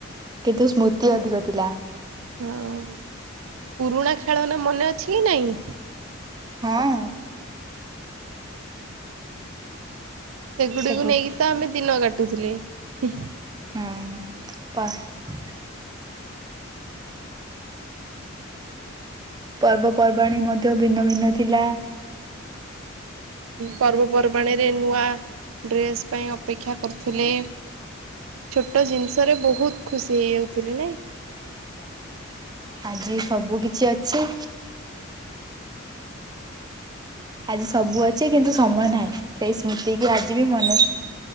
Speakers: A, on the right; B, on the right.
A: କିନ୍ତୁ ସ୍ମୃତି ଅଧିକ ଥିଲା।
B: ହଁ ପୁରୁଣା ଖେଳ ନା ମନେ ଅଛି ନାଇଁ?
A: ହଁଅଁ
B: ସେଗୁଡ଼ିକୁ
A: ସେଗୁ
B: ନେଇକି ତ ଆମେ ଦିନ କାଟୁଥିଲେ ହୁ।
A: ହୁଁ ପା ଆଉ ପର୍ବପର୍ବାଣିୀ ମଧ୍ୟ ଭିନ୍ନ ଭିନ୍ନ ଥିଲା।
B: ପର୍ବପର୍ବାଣିରେ ନୂଆ ଡ୍ରେସ୍ ପାଇଁ ଅପେକ୍ଷା କରୁଥିଲେ। ଛୋଟ ଜିନିଷରେ ବହୁତ୍ ଖୁସି ହେଇଯାଉଥିଲି ନାଇଁ।
A: ଆଜି ସବୁ କିଛି ଅଛି ଆଜି ସବୁ ଅଛି କିନ୍ତୁ ସମୟ ନାହିଁ ସେଇ ସ୍ମୃତି କି ଆଜି ବି ମନେ